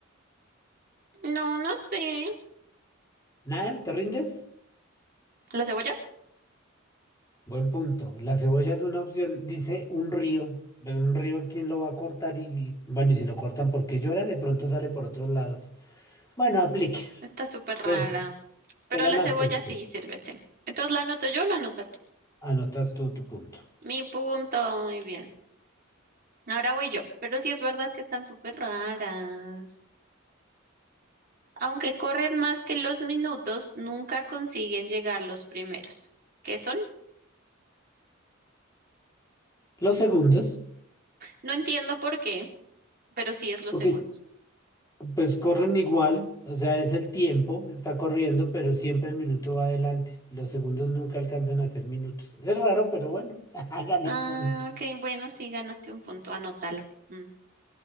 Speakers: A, on the right; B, on the left.
A: No, no sé.
B: ¿Nada? ¿Te rindes?
A: ¿La cebolla?
B: Buen punto. La cebolla es una opción. Dice un río. Pues un río, ¿quién lo va a cortar? Y, y, bueno, y si lo cortan porque llora, de pronto sale por otros lados. Bueno, aplique.
A: Está súper rara.
B: Te,
A: Pero
B: te ganaste.
A: la cebolla
B: el punto.
A: sí sirve, sí. Entonces la anoto yo o la anotas tú.
B: Anotas tú tu punto.
A: Mi punto, muy bien. Ahora voy yo. Pero sí es verdad que están súper raras. Aunque corren más que los minutos, nunca consiguen llegar los primeros. ¿Qué son?
B: Los segundos.
A: No entiendo por qué, pero sí es los
B: Ok,
A: segundos.
B: Pues corren igual, o sea, es el tiempo, está corriendo, pero siempre el minuto va adelante. Los segundos nunca alcanzan a ser minutos. Es raro, pero bueno, <laughs> Gané
A: Ah,
B: punto.
A: ok, bueno, sí ganaste un punto, anótalo. Mm.